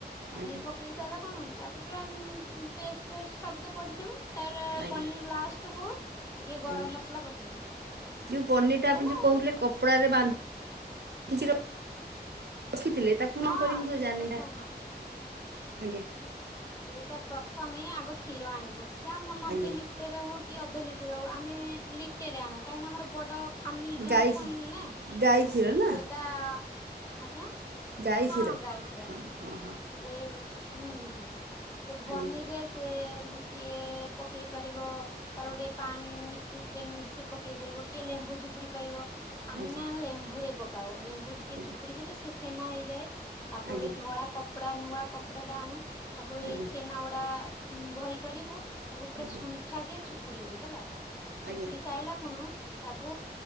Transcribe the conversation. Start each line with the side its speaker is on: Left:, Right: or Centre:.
Left: ପନିରି
Right: ଆଜ୍ଞା
Left: ପକେଇ ସାରିଲା କଣ ତାପରେ ରଂରିଙ୍ଗ ପେଷ୍ଟ ଫେଷ୍ଟ ସବୁ ତ ପଡିଥିବ। ତାର
Right: ଆଜ୍ଞା
Left: ପନିର ଲାଷ୍ଟ କୁ ଟିକେ ଗରମ
Right: ଆଜ୍ଞା
Left: ମସଲା ପକେଇ ଦବୁ
Right: ଯେଉଁ ପନିରଟା
Left: ହେଇଗଲା
Right: ଆପଣ ଯେଉଁ
Left: ଆଉ
Right: କହୁଥିଲେ
Left: କଣ।
Right: କପଡ଼ାରେ ବାନ୍ଧିକି <unintelligible> ରଖିଥିଲେ ତାକୁ କଣ
Left: ହଁ
Right: କରି ମୁଁ ତ
Left: ସେଇଟା
Right: ଜାଣି ନ ରା
Left: କହନା
Right: ଆଜ୍ଞା।
Left: ସେଇଟା ପ୍ରଥମେ ଆଗ କ୍ଷୀର ଆଣିବୁ ଯାହା ମନ
Right: ଆଜ୍ଞା
Left: ଯିଏ ଲିଟରରେ ହଉ କି ଅଧ ଲିଟ ଲିଟ ହଉ ଆମେ ଲିଟେରେ ଆଣୁ କାହିଁକିନା ଆମର ବଡ଼ ଫାମିଲ ଜଏଣ୍ଟ
Right: ଗାଈ
Left: ଫାମିଲ ନା
Right: ଗାଈ କ୍ଷୀର ନା
Left: ସେଟା ଆଜ୍ଞା।
Right: ଗାଈ
Left: ହଁ
Right: କ୍ଷୀର
Left: ଗାଈ କ୍ଷୀର
Right: ହଁ
Left: ଆମ ଆଡ଼େ
Right: ହଁ
Left: ସେ ହୁଁ ହୁଁ। ସେ ପନିରରେ
Right: ଆଜ୍ଞା
Left: ସେ କିଏ ପକେଇ ପାରିବ ତାର ଗୋଟେ ପାଣିି ନିକ୍ୱୁଟ୍ ଟେ ମିଳୁଛି ସେ ପକେଇ ପାରିବ କିଏ ଲେମ୍ବୁ ଚୁପୁଡି ପାରିବ। ଆମେ
Right: ଆଜ୍ଞା।
Left: ନା ଲେମ୍ବୁରେ ପକାଉ ଲେମ୍ବୁ ଟିକେ
Right: ଆଜ୍ଞା।
Left: ଚୁପୁଡି ଦେଲେ ସେ ଛେନା ହେଇଯାଏ। ତାପରେ
Right: ଆଜ୍ଞା
Left: ଗୋଟେ ଧଳା କପ ନୂଆ କପଡା ଟା ଆଣୁ। ତାକୁ
Right: ଆଜ୍ଞା।
Left: ଏଇ ଛେନା ଗୁଡ଼ା। ହୁଁ ଭଲ କରିବୁ। ତାକୁ ପୁରା
Right: ଆଜ୍ଞା
Left: ଶୁଣ୍ଠା କେ ଚୁ ପଡ଼ିବୁ ହେଲା।
Right: ଆଜ୍ଞା
Left: ଚୁପୁଡ଼ି ସାଇଲା ଖୁଣୁ ତାକୁ